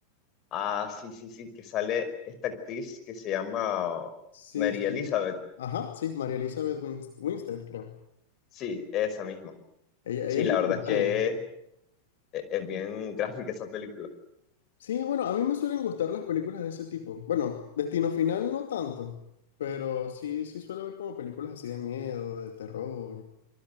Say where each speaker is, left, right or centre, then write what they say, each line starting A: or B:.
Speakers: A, on the left; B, on the left.
A: Ah, sí, sí, sí, que sale esta actriz que se llama
B: Sí,
A: Mary
B: sí.
A: Elizabeth.
B: Ajá, sí, María Elizabeth Wins- Winstead, creo.
A: Sí, esa misma.
B: Ella,
A: Sí,
B: ella
A: la
B: es legendaria.
A: verdad es que es, es- es bien gráfica esa película.
B: Sí, bueno, a mí me suelen gustar las películas de ese tipo. Bueno, Destino Final no tanto, pero sí, sí suelo ver como películas así de miedo, de terror.